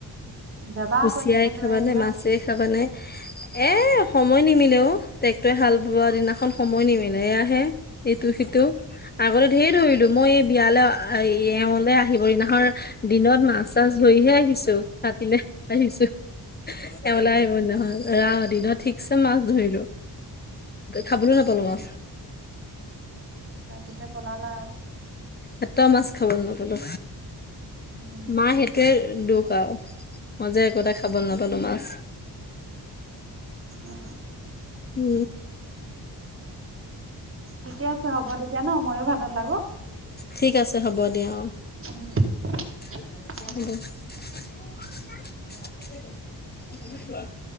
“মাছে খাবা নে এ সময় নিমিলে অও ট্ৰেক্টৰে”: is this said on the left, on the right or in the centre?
Left